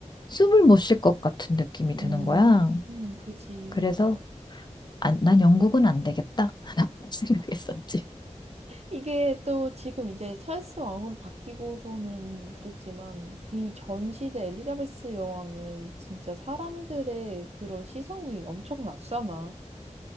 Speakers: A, on the left; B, on the right.
A: 숨을 못 쉴 것 같은 느낌이 드는
B: 음,
A: 거야.
B: 그지,
A: 그래서,
B: 맞아.
A: 안, 난 영국은 안 되겠다. <laughs> 라고 생각했었지.
B: 이게 또 지금 이제 찰스 왕으로 바뀌고서는 그랬지만 그 이전 시대 엘리자베스 여왕은 진짜 사람들의 그런 시선이 엄청 났잖아.